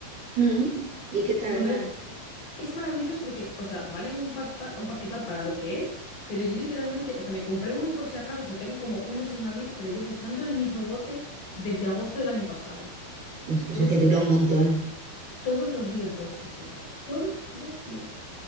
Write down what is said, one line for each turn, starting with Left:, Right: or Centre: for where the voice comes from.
Right: Ujú, ¿Y qué tal
Left: lo mezclo
Right: van?
Left: es maravilloso porque, o sea, valen un pasta, un pastizal para lo que es, pero yo literalmente, o sea, me compré uno por si acaso, o sea, tengo como uno sin abrir, pero llevo usando el mismo bote desde agosto del año pasado.
Right: O sea,
Left: Lo
Right: o sea,
Left: uso
Right: que dura un montón.
Left: todos los días, lo uso, escucha, todos los días.